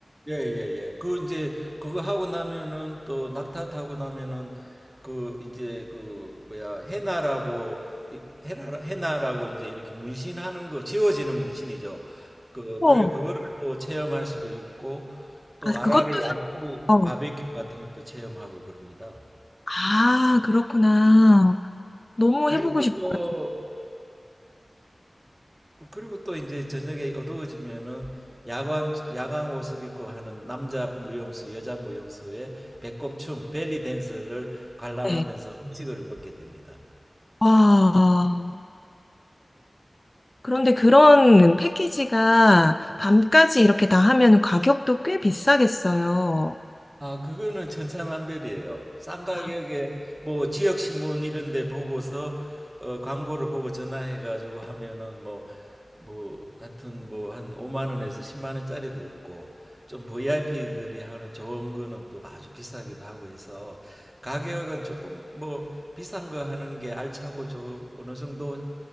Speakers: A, on the right (about 20°); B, on the left (about 40°).
A: 예, 예, 예. 그 이제 그거 하고 나면은 또 낙타 타고 나면은 그 이제 그 뭐야 해나라고 이- 해나 해나라고 이제 이렇게 문신하는 거 지워지는 문신이죠. 그
B: 어,
A: 그래 그거를 또 체험할 수도 있고 또
B: 아
A: 아랍의
B: 그것도
A: 양고기
B: 사- 어.
A: 바베큐 같은 것도 체험하고 그럽니다.
B: 아 그렇구나. 너무
A: 그리고
B: 해보고 싶어가지고.
A: 또 그리고 또 이제 저녁에 어두워지면은 야광 야광 옷을 입고 하는 남자 무용수, 여자 무용수의 배꼽춤, 벨리 댄스를 관람하면서
B: 네.
A: 음식을 먹게 됩니다.
B: 와. 그런데 그런 패키지가 밤까지 이렇게 다 하면 가격도 꽤 비싸겠어요.
A: 아, 그거는 천차만별이에요. 싼 가격에
B: 아.
A: 뭐 지역 신문 이런 데 보고서 어, 광고를 보고 전화해 가지고 하면은 뭐 뭐 하여튼 뭐 한 5만 원에서 10만 원짜리도 있고 좀 VIP들이 하는 좋은 거는 또 아주 비싸기도 하고 해서 가격은 조금 뭐 비싼 거 하는 게 알차고 저 어느 정도